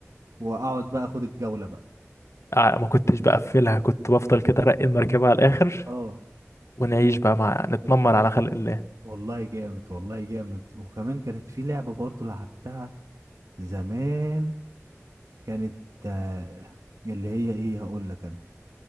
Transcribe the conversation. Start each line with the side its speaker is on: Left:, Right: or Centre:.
Right: واقعد بقى اخد الجوله بقى
Left: آه ما كنتش بقفلها كنت بفضل كده ارقي المركبه على الاخر
Right: اه
Left: ونعيش بقى مع نتنمر على خلق الله
Right: والله جامد والله جامد وكمان كانت في لعبه برضو لعبتها زمان كانت آه، اللي هي ايه هقول لك انا